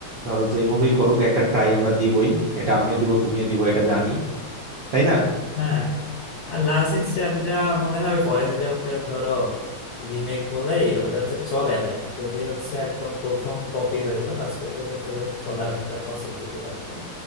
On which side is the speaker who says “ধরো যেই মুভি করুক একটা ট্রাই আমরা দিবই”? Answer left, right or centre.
Right